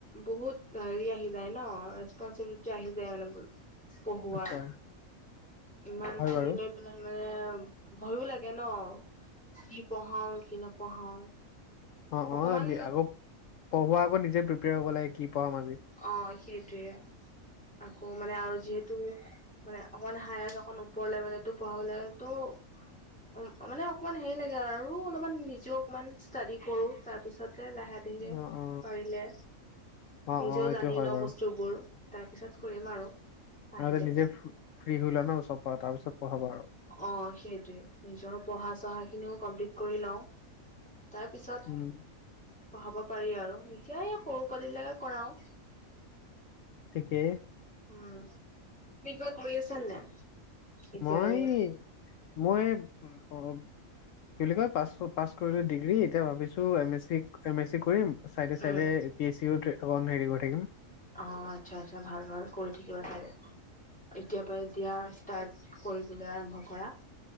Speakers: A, in the centre; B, on the left.
A: বহুত হেৰি আহি যায় ন টযুলটে আহি যায় মানে পৰ পঢ়োৱাৰ
B: আচ্ছা
A: ইমান
B: হয়
A: খিনি
B: বাৰু
A: লৈ পেলাই মানে ভয়ো লাগে ন কি পঢ়াও কি নপঢ়াও
B: অ
A: অকমান
B: অ নে আকৌ পঢ়োৱা আকৌ নিজে প্ৰিপেয়াৰ হ লাগে কি পঢ়াম আজি
A: অ সেইটোৱে আকৌ মানে আৰু যিহেতু মানে অকমাণ হায় অকণ ওপৰ লেবেলটো পঢ়াব লাগেতো উম অ মানে অকমান হেৰি লাগে আৰু অলপমান নিজেও অকমান ষ্টাডি কৰো তাৰপিছতে লাহে ধিৰে
B: অ অ
A: পাৰিলে
B: অ
A: নিজেও
B: অ এইটো
A: জানি
B: হয়
A: লওঁ
B: বাৰু
A: বস্তুবোৰ তাৰপিছত কৰিম আৰু। আহিলে
B: আগে নিজে ফ্ৰী হৈ লোৱা ন চপা তাৰ পিছত পঢ়াবা আৰু।
A: অ', সেইটোৱে নিজৰ পঢ়া চহা খিনিও কমপ্লিট কৰি লওঁ। তাৰ পিছত
B: উম
A: পঢ়াব পাৰি আৰু এতিয়া এই সৰু পোৱালি বিলাকে কৰাও।
B: তেকে।
A: উম তুমি কিবা কৰি আছা নে নাই এতিয়া
B: মই
A: এ
B: মই অ' কি বুলি কয় পাছ প পাছ কৰিলোঁ ডিগ্ৰী এতিয়া ভাবিছোঁ M A C M A C কৰিম চাইডে চাইডে
A: উম
B: এ পি এ চিও তে হেৰি কৰি থাকিম।
A: অ আচ্ছা আচ্ছা ভাল ভাল কৰি থাকিবা তেনেকে এতিয়া পাই দিয়া ষ্টাৰ্ট কৰিবলে আৰম্ভ কৰা